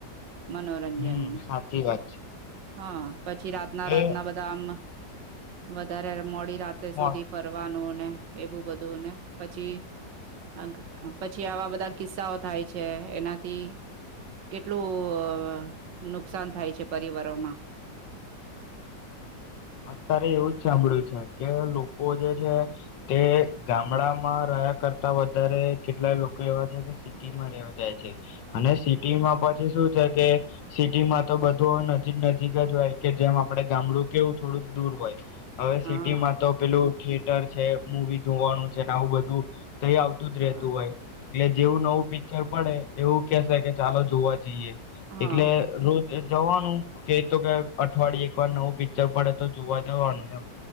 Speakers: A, on the right; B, on the left.
A: મનોરંજનને
B: હમ્મ સાચી વાત છે.
A: હા. પછી રાતના
B: એ
A: રાતના બધા આમ વધારે મોડી રાતે
B: મો
A: સુધી ફરવાનું ને એવું બધું ને પછી અ પછી આવા બધા કિસ્સાઓ થાય છે એનાથી કેટલું નુકસાન થાય છે પરિવારોમાં
B: હ અત્યારે એવું જ છે સાંભળું કે લોકો જે છે તે ગામડામાં રહ્યા કરતા વધારે કેટલાય લોકો એવા છે કે સિટીમાં રવા જાય છે અને સિટીમાં પછી શું છે કે સિટીમાં તો બધું નજીક નજીક જ હોય કે જેમ આપડે ગામડું કેવું થોડું દૂર હોય. હવે
A: હા
B: સિટી માં તો પેલું થિયેટર છે મવી જોવાનું છે ને આવું બધું તઈ આવતું જ
A: હા
B: રહેતું હોય એટલે જેવું નવું પિક્ચર પડે એવું કેસે કે ચાલો જોવા જઈએ.
A: હા
B: એટલે રોજ એ દવાનું કે તો કે અઠવાડિયે ર નવું પિક્ચર પડે તો જોવા જવાનું એમ